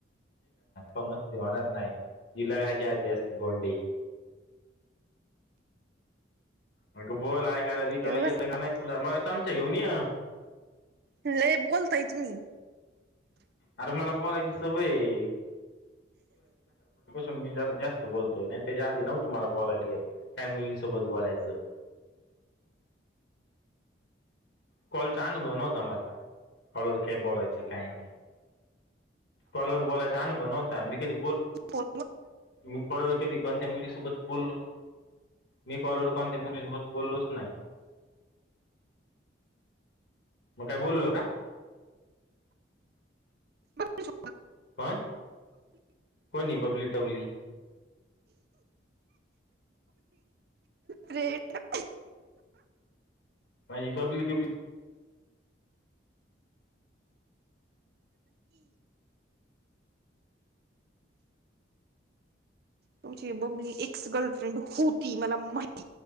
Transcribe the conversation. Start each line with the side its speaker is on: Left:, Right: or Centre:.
Left: मजते होणार नाही ही लग्नाची यादी असते भोंडी म बोल ऐकायला विकायला
Right: गप बस
Left: येतं का नाही तुला मला चमचा घेऊन ये.
Right: लय बोलताय तुम्ही.
Left: अर मला बोलायचं क सवय आहे. ून मी जरा जास्त बोलतोय नाही त्याच्या आधी न तुम्हाला बोलायली काय मुलींसोबत बोलायचं. कॉलचा अनुभव नवता मला कॉलवर काही बोलायचं काही नाही. कॉलवर बोलायचां आहे अनुभव होता मी कधी बोल
Right: हो.
Left: मी पड क त कोण त्या मुलीसोबत बोललो. मी कॉलोर कोन मुलीसत बोललोच नाही. मग काय बोललो आहे का.
Right: <unintelligible>
Left: कोण कोणी बबली टबली.
Right: फेर्न्ड.
Left: माझी बबली बबली.
Right: तुमची बबली एक्स गर्लफ्रेंड होती मला माहि